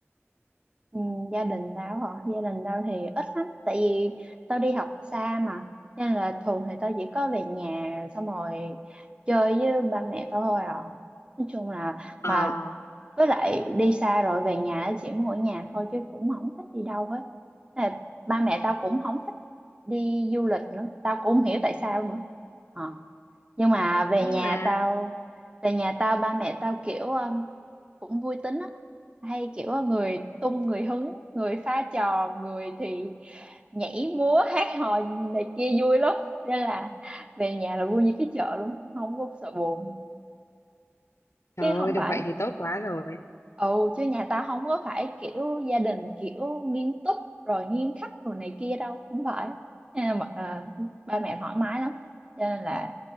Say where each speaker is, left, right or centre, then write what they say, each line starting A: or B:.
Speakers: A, on the right; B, on the left.
A: Ừ, gia đình tao hả? Gia đình tao thì ít lắm tại vì tao đi học xa mà nên là thường thì tao chỉ có về nhà xong rồi chơi với ba mẹ tao thôi à nói chung là
B: Ờ,
A: mà với lại đi xa rồi về nhà á, chỉ muốn ở nhà thôi chứ cũng không thích đi đâu hết Thế là ba mẹ tao cũng không thích đi du lịch nữa tao cũng không hiểu tại sao nữa Ờ. nhưng mà về
B: nhưng
A: nhà
B: mà
A: tao về nhà tao ba mẹ tao kiểu um, cũng vui tính á hay kiểu ờ, người tung người hứng người pha trò người thì nhảy múa hát hò này kia vui lắm nên là về nhà là vui như cái chợ luôn không có sợ buồn
B: trời
A: chứ
B: ơi
A: không
B: được
A: phải
B: vậy thì tốt quá rồi.
A: Ồ, chứ nhà tao không có phải kiểu gia đình kiểu nghiêm túc rồi nghiêm khắc rồi này kia đâu, không phải. À, mà, à, ba mẹ thoải mái lắm. Cho nên là